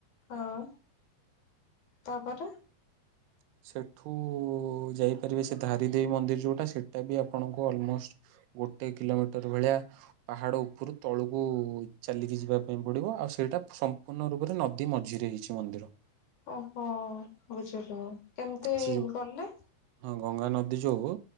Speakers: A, on the left; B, on the right.
A: ହଁ ତାପରେ?
B: ଁ <inaudible> ସେଠୁ ଯାଇପାରିବେ ସେ ଧାରିଦେବୀ ମନ୍ଦିର ଯୋଉଟା ସେଟା ବି ଆପଣଙ୍କୁ ଅଲମୋଷ୍ଟ ଗୋଟେ କିଲୋମିଟର ଭଳିଆ ପାହାଡ଼ ଉପୁରୁ ତଳକୁ ଚାଲିକି ଯିବା ପାଇଁ ପଡିବ ଆଉ ସେଇଟା ସମ୍ପୁ ସମ୍ପୂର୍ଣ୍ଣ ରୂପରେ ନଦୀ ମଝିରେ ହେଇଛି ମନ୍ଦିର।
A: ଓହୋ ବୁଝିଲୁ କେମିତି
B: ସେ ଯୋଉ
A: ଗଲେ?
B: ହଁ ଗଙ୍ଗା ନଦୀ ଯୋଉ